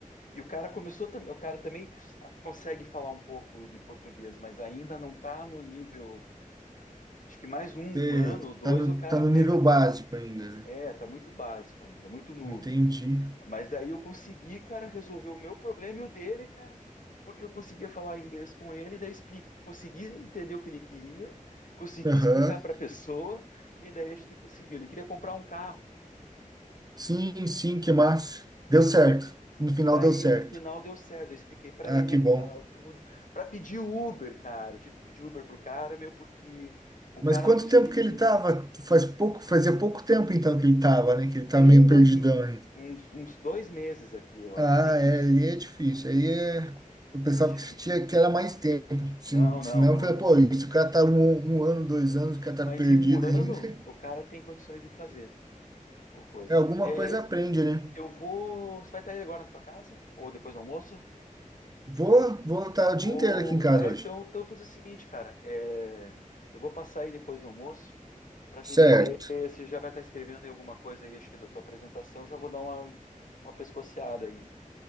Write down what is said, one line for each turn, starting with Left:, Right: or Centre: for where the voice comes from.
Left: E o cara começou, tam- o cara também consegue falar um pouco de português, mas ainda não tá no nível, acho que mais um
Right: é,
Left: ano ou dois
Right: tá no,
Left: o cara
Right: tá no
Left: pega
Right: nível
Left: a manha.
Right: básico ainda, né?
Left: É, tá muito básico ainda, muito noob.
Right: Entendi.
Left: Mas daí eu consegui, cara, resolver o meu problema e o dele, cara, porque eu conseguia falar inglês com ele, daí expli- consegui entender o que ele queria, consegui
Right: Aham.
Left: explicar para a pessoa e daí a gente conseguiu. Ele queria comprar um carro.
Right: Sim, sim, que massa. Deu
Left: E
Right: certo.
Left: tava. de-
Right: No final
Left: Daí
Right: deu certo.
Left: no final deu certo, eu expliquei pra
Right: Ah,
Left: ele
Right: que bom.
Left: e tal, tudo. Pra pedir Uber, cara. Eu tive que pedir Uber pro cara, meu, porque o
Right: Mas
Left: cara
Right: quanto
Left: não conseguia
Right: tempo
Left: entender.
Right: que ele tava? Faz pouco, fazia pouco tempo então que ele tava, né? Que ele tá
Left: Um,
Right: meio
Left: dois,
Right: perdidão
Left: me-
Right: ainda.
Left: uns, uns dois meses aqui, eu acho,
Right: Ah,
Left: nem
Right: é,
Left: isso.
Right: aí é difícil. Aí é. Eu pensava
Left: É difícil.
Right: que tinha que era mais tempo. Se,
Left: Não, não,
Right: se não,
Left: não
Right: eu falei,
Left: era.
Right: pô, isso o cara tá um, um ano, dois anos, o cara tá
Left: Mas
Right: perdido
Left: em um
Right: ainda.
Left: ano,
Right: <laughs>
Left: o cara tem condições de fazer o coisa.
Right: É alguma
Left: É,
Right: coisa aprende, né?
Left: eu vou. Você vai estar aí agora na tua casa? Ou depois do almoço?
Right: Vou, vou estar o dia
Left: Vou.
Right: inteiro aqui em casa
Left: É,
Right: hoje.
Left: então, então eu vou fazer o seguinte, cara. É, eu vou passar aí depois do almoço para a gente
Right: Certo.
Left: ver se já vai estar escrevendo aí alguma coisa aí, acho que da tua apresentação. Já vou dar uma, uma pescoceada aí